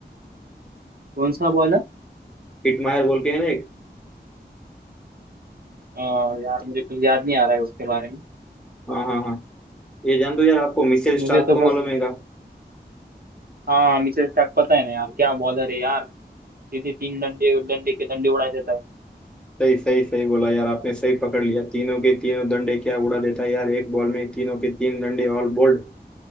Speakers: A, on the right (about 55°); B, in the centre.
A: कौन सा बॉल है
B: हिटमायर बोल के है ना एक
A: अ, यार मुझे कुछ याद नहीं आ रहा है उसके बारे में
B: हाँ हाँ हाँ ये जान दो यार आपको मिचेल
A: मुझे
B: स्टार्क
A: तो
B: को
A: बस
B: मालूम है क्या
A: हाँ मिचेल स्टार्क पता है ना यार क्या बॉलर है यार सीधे तीन डंडे डंडे के डंडे उड़ा देता है
B: सही सही सही बोला यार आपने सही पकड़ लिया तीनों के तीनों डंडे क्या उड़ा देता है यार एक बॉल में तीनों के तीन डंडे ऑल बोल्ड